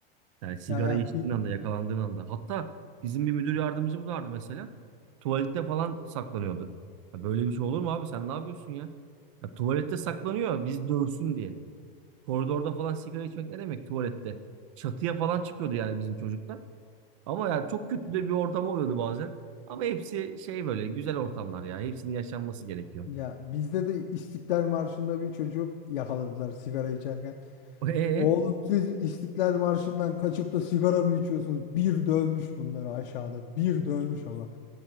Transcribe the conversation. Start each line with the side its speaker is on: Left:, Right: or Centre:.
Right: Yani sigara
Left: Yani, yani
Right: içtiğin anda, yakalandığın anda. Hatta bizim bir müdür yardımcımız vardı mesela. Tuvalette falan saklanıyordu. Ya böyle bir şey olur mu abi? Sen ne yapıyorsun ya? Ya tuvalette saklanıyor biz dövsün diye. Koridorda falan sigara içmek ne demek tuvalette? Çatıya falan çıkıyordu yani bizim çocuklar. Ama ya çok kötü de bir ortam oluyordu bazen. Ama hepsi şey böyle güzel ortamlar ya. Hepsinin yaşanması gerekiyor.
Left: Ya bizde de İstiklal Marşı'nda bir çocuk yakaladılar sigara içerken.
Right: E e,
Left: Oğlum siz İstiklal Marşı'ndan kaçıp da sigara mı içiyorsunuz? Bir dövmüş bunları aşağıda. Bir dövmüş ama.